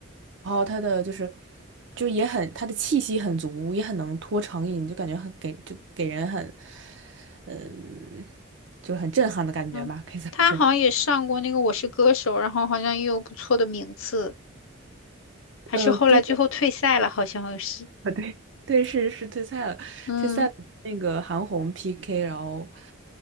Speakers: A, on the right (about 60°); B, on the left (about 80°).
A: 然后他的就是，就也很他的气息很足，也很能拖长音，就感觉很给就给人很，嗯，就是很震撼的感觉吧，
B: 嗯，
A: 可以这么说。
B: 他好像也上过那个《我是歌手》，然后好像也有不错的名次，还是后来最后退赛了，
A: 呃，对，
B: 好像是。
A: <laughs> 对，对，是是退赛了，
B: 嗯，
A: 退赛了那个韩红 PK，然后，